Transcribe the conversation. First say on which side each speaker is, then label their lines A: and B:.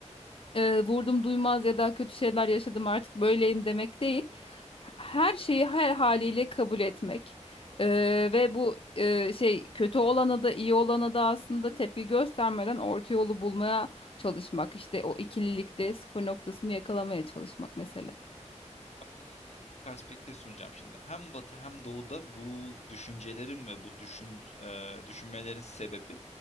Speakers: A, on the left; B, on the left.
A: e, vurdum duymaz ya da kötü şeyler yaşadım artık böyleyim demek değil. Her şeyi her haliyle kabul etmek E, ve
B: Evet.
A: bu e, şey kötü olana da iyi olana da aslında tepki göstermeden orta yolu bulmaya çalışmak. İşte o ikililikte sıfır noktasını yakalamaya çalışmak mesela.
B: Bak sana ilginç bir perspektif sunacağım şimdi. Hem Batı hem Doğu'da bu düşüncelerin ve bu düşün, e, düşünmelerin sebebi